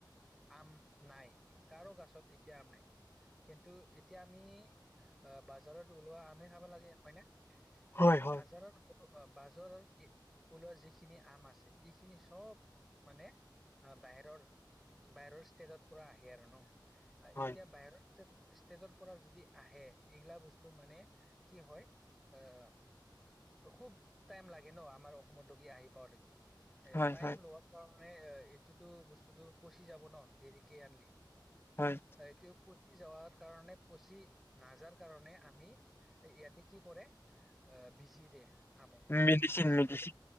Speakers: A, in the centre; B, on the left.
A: আম নাই, কাৰো গাছত এতিয়া আম নাই। কিন্তু এতিয়া আমি আহ বাজ জাৰত ওলোৱা আমহে খাব লাগে হয়নে?
B: হয়,
A: কিন্তু
B: হয়,
A: বাজাৰত উ অ বাজাৰৰ এ ওলোৱা যিখিনি আম আছে এইখিনি চব মানে আ বাহিৰৰ - বাহিৰৰ ষ্টেটত পুৰা আহে আৰু ন। আ
B: হয়,
A: এতিয়া বাহিৰৰ ষ্টেট - ষ্টেটৰ পৰা যদি আহে এইগিলা বস টো মানে কি হয় আহ অ খুব টাইম লাগে ন আমাৰ অসমতলৈকে আহি পাৱালৈকে। এ
B: হয়,
A: টাইম
B: হয়,
A: লোৱাৰ কাৰণে এ এইটোতো বস্তুটো পচি যাব ন দেৰি কে আনলি,
B: হয়,
A: এটো পচি যাৱাৰ কাৰণে পচি নাযাৰ কাৰণে আমি ইয়াতে কি কৰে আহ বিজি দে আমত
B: মেডিচিন,
A: বিজি।
B: মেডিচিন